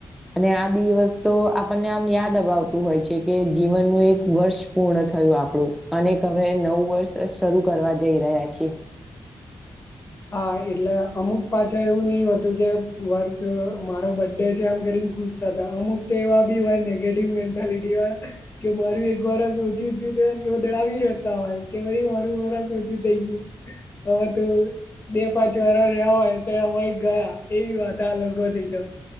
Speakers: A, in the centre; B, on the left (about 35°).
A: અને આ દિવસ તો આપણને આમ યાદ દબાવતું હોય છે, કે જીવનનું એક વર્ષ પૂર્ણ થયું આપણું અને હવે નવું વર્ષ શરૂ કરવા જઈ રહ્યા છે.
B: હા એટલે અમુક પાછા એવું નહિ હોતું કે વર્ષ મારો બરડે છે, એમ કરીને ખુશ તા તા અમુક તે એવા બી હોય નેગેટિવ મેન્ટાલિટી વાળા કે મારું એક વારસ ઓછું થયું ત રોદડાવી રહેતા હોય કે ભાઈ મારું વારસ ઓછું થઈ ગયું હ તો બે પાંચ વાર રેવાય હોય તે વય ગયા એવી વાતા આ લોકો થી તો